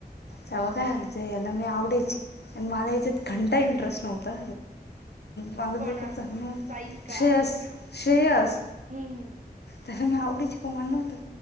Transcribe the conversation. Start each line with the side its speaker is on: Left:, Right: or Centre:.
Left: तवा काय आमचा याला मी आवडायची पण मला या्च्यात घंटा इंटरेस्ट नव्हता. माधवपिकम
Right: कोणा
Left: धर्म
Right: साईल का
Left: शेयस श्रेयस
Right: हम्म हम्म
Left: <unintelligible> तर मी आवडीच प नव्हतं